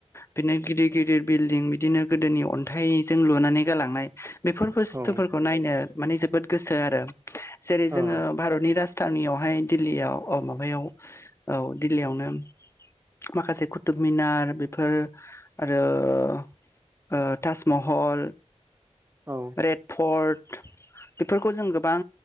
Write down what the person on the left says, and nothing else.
बिदिनो गिदिर गिदिर बिल्डिं दिनो गोदोनि अन्थाइजों लुनानै गालांनाय बेफोर बुस्थुफोर
खौ नायनो माने जोबोद गोसो आरो। जेरै
जोङो भारतनि राजथानियावहाय दिल्लीआव अ' माबायाव औ दिल्लीआवनो माखासे कुतुब मिनार फोर आरो ओ ताजमहल
रेड फर्ट बेफोरखौ जों गोबां